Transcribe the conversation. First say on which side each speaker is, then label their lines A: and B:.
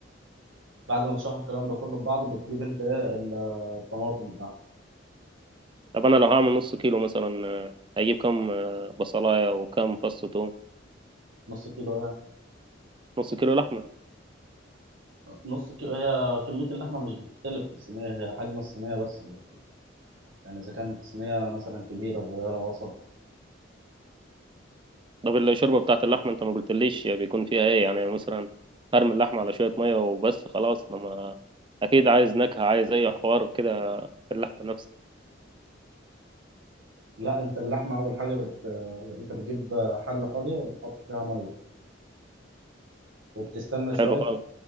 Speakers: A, on the right; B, on the right.
A: بعد ما بتشوح الكلام ده كله في بعضه بتجيب انت ايه ال- الطماطم بتاعتك
B: طب انا لو هعمل نص كيلو مثلا آه، هجيب كام آه، بصلايه وكام فص توم
A: نص كيلو ايه
B: نص كيلو لحمه
A: نص كيلو هي كمية اللحمة مش بتختلف في الصينية هي حجم الصينية بس اللي بتختلف يعني إذا كانت الصينية مثلا كبيرة صغيرة وسط
B: طب الشوربه بتاعت اللحمه انت ما قلتليش بيكون فيها ايه يعني مثلا هرمي اللحمه على شويه ميه وبس خلاص لما اكيد عايز نكهه عايز اي حوار كده في اللحمه نفسها
A: لا انت اللحمه اول حاجه بت... انت بتجيب حله فاضيه وبتحط فيها ميه وبتستنى شويه
B: حلو خالص